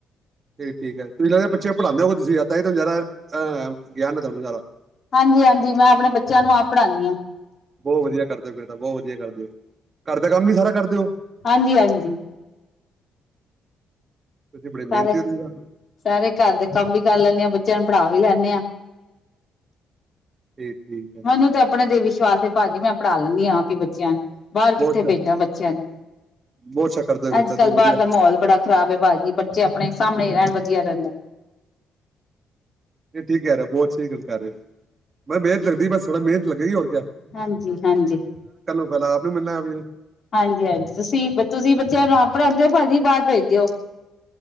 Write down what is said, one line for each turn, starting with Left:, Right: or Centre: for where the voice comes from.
Right: ਠੀਕ ਠੀਕ ਹੈ, ਤੁਸੀਂ ਲੱਗਦੇ ਬੱਚੇ ਪੜ੍ਹਾਉਂਦੇ ਹੋਗੇ, ਤੁਸੀਂ ਤਾਂਹੀ ਤਾ ਇਹ ਤੁਹਾਨੂੰ ਜ਼ਿਆਦਾ ਅ ਗਿਆਨ ਹੈ ਤੁਹਾਨੂੰ ਜ਼ਿਆਦਾ
Left: ਹਾਂਜੀ-ਹਾਂਜੀ, ਮੈਂ ਆਪਣੇ ਬੱਚਿਆਂ ਨੂੰ ਆਪ ਪੜ੍ਹਾਨੀ ਆ,
Right: ਬਹੁਤ ਵਧੀਆ ਕਰਦੇ ਹੋ ਫਿਰ ਤਾਂ ਬਹੁਤ ਵਧੀਆ ਕਰਦੇ ਔ ਘਰ ਦਾ ਕੰਮ ਵੀ ਸਾਰਾ ਕਰਦੇ ਔ।
Left: ਹਾਂਜੀ-ਹਾਂਜੀ,
Right: ਤੁਸੀਂ ਬੜੇ ਮਿਹਨਤੀ
Left: ਸਾਰੇ-ਸਾਰੇ
Right: ਹੋ ਤੁਸੀਂ ਤਾਂ
Left: ਘਰ ਦੇ ਕੰਮ ਵੀ ਕਰ ਲੈਨੇ ਆ ਬੱਚਿਆਂ ਨੂੰ ਪੜਾ ਵੀ ਲੈਂਨੇ ਆ।
Right: ਠੀਕ ਠੀਕ ਹੈ
Left: ਮੈਨੂੰ ਤੇ ਆਪਣੇ ਤੇ ਵਿਸ਼ਵਾਸ ਤੇ ਭਾਜੀ ਮੈਂ ਪੜ੍ਹਾ ਲੈਂਨੀ ਹਾਂ ਵੀ ਬੱਚਿਆਂ ਨੂੰ ਬਾਹਰ ਕਿੱਥੇ
Right: ਬਹੁਤ
Left: ਭੇਜਾਂ ਬੱਚਿਆਂ ਨੂੰ
Right: ਬਹੁਤ ਅੱਛਾ ਕਰਦਾ ਫਿਰਦਾ
Left: ਅੱਜ
Right: ਤੇ
Left: ਕੱਲ੍ਹ ਬਾਹਰ
Right: ਵਧੀਆ
Left: ਦਾ ਮਾਹੌਲ ਬੜਾ ਖ਼ਰਾਬ ਹੈ, ਭਾਜੀ ਬੱਚੇ ਆਪਣੇ ਸਾਹਮਣੇ ਰਹਿਣ ਬ ਵਧੀਆ ਰਹਿੰਦਾ।
Right: ਇਹ ਠੀਕ ਕਹਿ ਰਹੇ ਔ ਬਹੁਤ ਸਹੀ ਗੱਲ ਕਰ ਰਹੇ, ਮੈਂ ਮਿਹਨਤ ਲਗਦੀ ਬਸ ਥੋੜਾ ਮਿਹਨਤ ਲੱਗੇਗੀ ਔਰ,
Left: ਹਾਂਜੀ-ਹਾਂਜੀ-ਹਾਂਜੀ-ਹਾਂਜੀ,
Right: ਫੈਲਾ ਆਪ ਨੂੰ ਮਿਲਣਾ ਆਪ ਨੂੰ
Left: ਤੁਸੀਂ ਤੁਸੀਂ ਬੱਚਿਆਂ ਨੂੰ ਆਪ ਪੜ੍ਹਾਉਂਦੇ ਹੋ। ਭਾਜੀ ਬਾਹਰ ਭੇਜ ਦਿਓ।